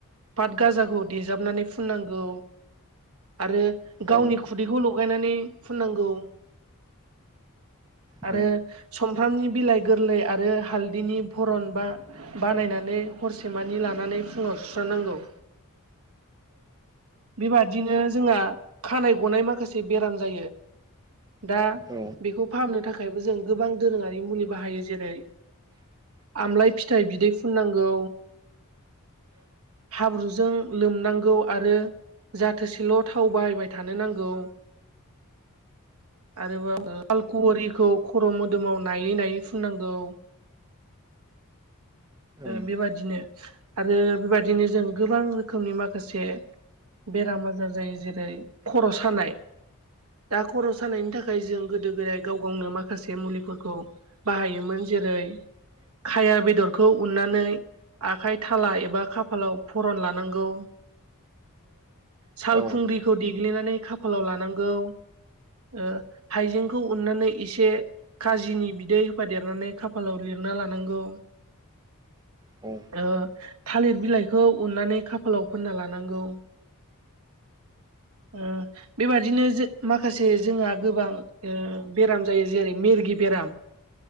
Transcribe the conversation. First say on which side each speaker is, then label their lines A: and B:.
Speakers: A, on the right; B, on the right.
A: पाट गाजाखौ देजाबनानै फुननांगौ आरो गावनि
B: औ ओं
A: खुदैखौ लगायनानै फुननांगौ
B: औ
A: आरो सुमफ्रामनि बिलाइ गोरलै आरो हालदैनि भरन बा बानायनानै ने हरसेमानि लानानै फुङाव सुस्रांनांगौ बेबादिनो जोंहा खानाय गनाय माखासे बेराम जायो दा
B: औ
A: बेखौ फाहामनो थाखायबो जों गोबां दोरोङारि मुलि बाहायो जेरै आमलाय फिथाइ बिदै फुननांगौ हाब्रुजों लोमनांगौ आरो जाथोसेल' थाव बाहायबाय थानो नांगौ आरोबाव फालखुवरिखौ खर' मोदोमाव नायै नायै फुननांगौ
B: ओं
A: बेबादिनो आरो बेबादिनो बेराम आजार जायो जेरै खर' सानाय दा खर' सानायनि थाखाय जों गोदो गोदायनि- गाव गावनो माखासे मुलिफोरखौ बाहायोमोन जेरै खाया बेदर खौ उननानै आखाय थाला एबा खाफालाव फरन लानांगौ सालखुंग्रिखौ
B: औ
A: देग्लिनानै खाफालाव लानांगौ ओ हाइजेंखौ उननानै एसे खाजिनि बिदै होफादेरनानै खाफालाव लिरना लानांगौ
B: औ
A: ओ थालिर बिलाइखौ उननानै खाफालाव फोनना लानांगौ ओ बेबादिनो जे माखासे जोंहा गोबां ओ बेराम जायो जेरै मेरगि बेराम